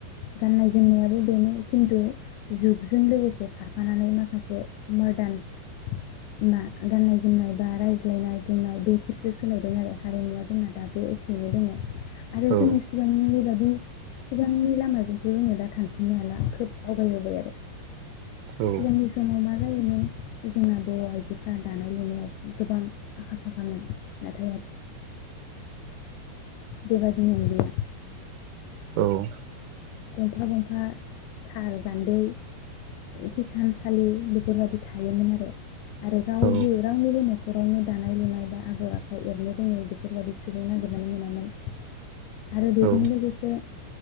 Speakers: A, on the left (about 80°); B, on the right (about 80°).
A: गाननाय जोमनायाबो बेनो खिन्थु जुगजों लोगोसे खारफानानै माखासे मदार्न मा गाननाय जोमनाय बा रायज्लायनाय बुंनाय बैफोरसो सोलायदों आरो हारिमुवा जोंना दाबो एखेयैनो दङ आरो
B: औ
A: जोङो सिगांनि बादि सिगांनि लामाजोंथ' जोङो दा थांफिननो हाला खोब आवगायबोबाय आरो
B: औ
A: सिगांनि समाव मा जायोमोन जोंना बर' आइजोफ्रा दानाय लुनायाव गोबां आखा फाखामोन नाथाय बेबायदि मोनलिया
B: औ
A: गंफा गंफा साल गान्दै हिसानसालि बेफोरबायदि थायोमोन आरो आरो रावबो
B: औ
A: रावनिबो न'खरावनो दानाय लुनाय बा आगर आखाइ एरनो रोङै बेफोरबायदि सुबुं नागिरनानै मोनामोन आरो बेजों
B: औ
A: लोगोसे